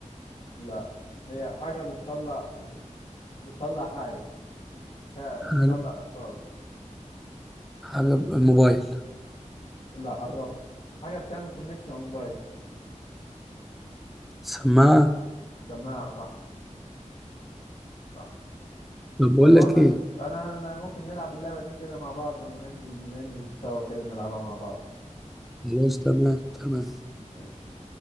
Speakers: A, on the left; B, in the centre.
A: لا هي حاجة بتطلع بت... بتطلع حاجة ف-
B: حاجة
A: بتطلع إخراج
B: حاجة الموبايل
A: لا قربت حاجة بتعمل كونكت على الموبايل
B: سماعة
A: سماعة صح صح
B: طب بقول
A: طب بقول
B: لك
A: لك
B: ايه
A: أنا أنا ممكن نلعب اللعبة دي كده مع بعض لما ننزل ننزل سوا كده نلعبها مع بعض
B: خلاص تمام تمام
A: ماشي